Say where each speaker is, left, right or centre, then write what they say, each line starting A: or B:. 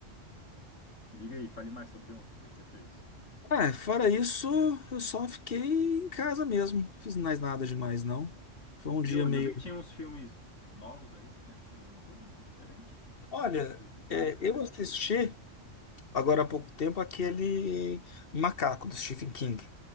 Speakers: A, on the left; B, on the left.
A: Diga aí, fale mais sobre ontem, o que que você fez?
B: É, fora isso, eu só fiquei em casa mesmo. Fiz mais nada demais, não. Foi um
A: E
B: dia
A: hoje,
B: meio.
A: eu vi que tinha uns filmes novos aí. Você tem assistido alguma coisa diferente?
B: Olha,
A: Que eu recomendo?
B: é, eu assisti agora há pouco tempo aquele Macaco do Stephen King.